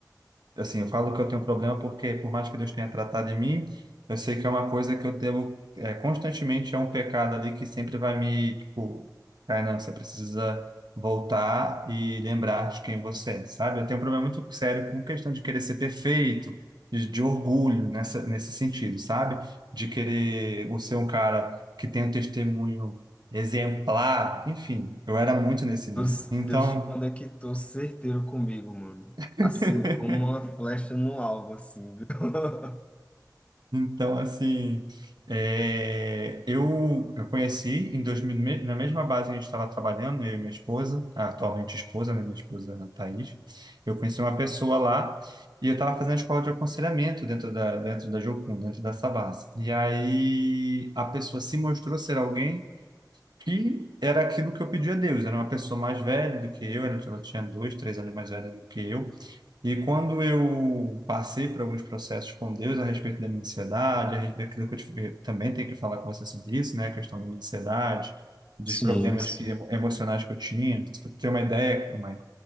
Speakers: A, on the right (about 75°); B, on the left (about 15°).
A: assim, eu falo que eu tenho um problema porque, por mais que Deus tenha tratado em mim, eu sei que é uma coisa que eu devo, é, constantemente é um pecado ali que sempre vai me, tipo, Kainan, você precisa voltar e lembrar de quem você é, sabe? Eu tenho um problema muito sério com questão de querer ser perfeito, de, de orgulho nessa, nesse sentido, sabe? De querer o ser um cara que tem um testemunho exemplar, enfim, eu era muito nesse nível.
B: Deus,
A: Então,
B: Deus te conectou certeiro comigo, mano.
A: <laughs>
B: Assim, como uma flecha no alvo, assim, viu? <laughs>
A: Então, assim, é, eu, eu conheci em 2000, me- na mesma base que a gente estava trabalhando, eu e minha esposa, a atualmente esposa, né, minha esposa Thaís, eu conheci uma pessoa lá e eu estava fazendo a escola de aconselhamento dentro da, dentro da Jocum, dentro da Sabas. E aí a pessoa se mostrou ser alguém que era aquilo que eu pedi a Deus, era uma pessoa mais velha do que eu, ela tinha dois, três anos mais velha do que eu, e quando eu passei por alguns processos com Deus a respeito da minha ansiedade, a respeito daquilo que eu te- eu também tenho que falar com você sobre isso, né? A questão da minha ansiedade, dos
B: Sim,
A: problemas
B: isso.
A: que, emocionais que eu tinha. Para ter uma ideia, Michael,